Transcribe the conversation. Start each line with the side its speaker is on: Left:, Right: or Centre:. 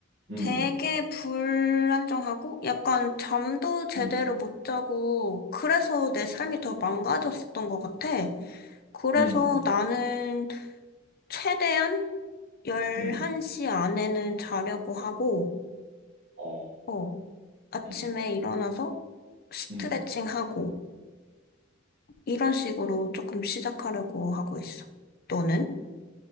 Right: 음.
Left: 되게 불안정하고 약간 잠도 제대로
Right: 음.
Left: 못 자고 그래서 내 삶이 더 망가졌었던 것 같아. 그래서
Right: 음.
Left: 나는 최대한 11시
Right: 음.
Left: 안에는 자려고 하고,
Right: 어.
Left: 어, 아침에
Right: 음.
Left: 일어나서 스트레칭하고,
Right: 음.
Left: 이런 식으로 조금 시작하려고 하고 있어. 너는?